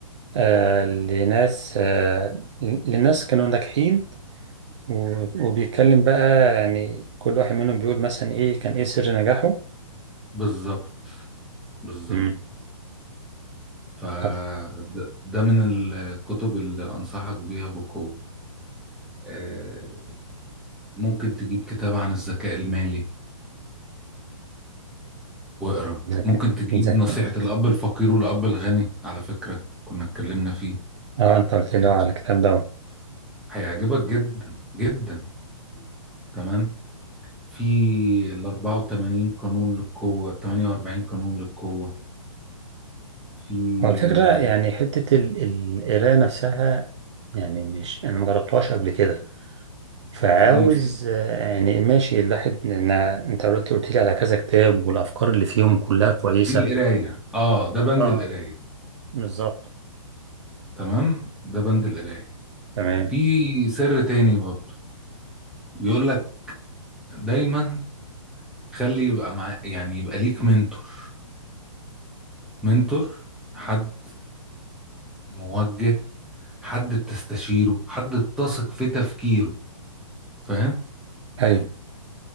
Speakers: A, on the right; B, in the centre.
A: آه لناس آه لناس كانوا ناجحين و- وبيتكلم بقى يعني كل واحد منهم بيقول مثلا إيه كان إيه سر نجاحه
B: بالظبط بالظبط
A: مم.
B: فده
A: طب
B: ده من الكتب اللي انصحك بيها بقوة آه، ممكن تجيب كتاب عن الذكاء المالي واقرا
A: ذكي
B: ممكن تجيب
A: ذكي
B: نصيحة الأب الفقير والأب الغني على فكرة كنا اتكلمنا فيه
A: اه أنت قلت
B: هاته.
A: لي على الكتاب ده
B: هيعجبك جدا جدا تمام في ال 84 قانون للقوة 48 قانون للقوة في
A: هو الفكرة
B: آه،
A: يعني حتة ال- القراية نفسها يعني مش أنا مجربتهاش قبل كده فعاوز
B: تقيل
A: آه، يعني ماشي الواحد لأن أنت قلت قلت لي على كذا كتاب والأفكار اللي فيهم كلها كويسة
B: دي القراية اه ده بند
A: اه
B: القراية
A: بالظبط
B: تمام ده بند القراية
A: تمام
B: في سر تاني برضو بيقول لك دايما خلي يبقى مع يعني يبقى ليك منتور منتور حد موجه حد بتستشيره حد بتثق في تفكيره فاهم
A: أيوة